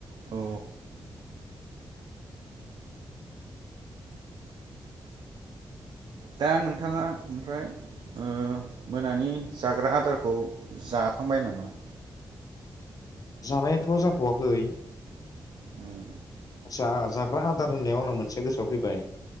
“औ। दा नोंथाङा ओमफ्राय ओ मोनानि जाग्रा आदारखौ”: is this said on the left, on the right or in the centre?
Right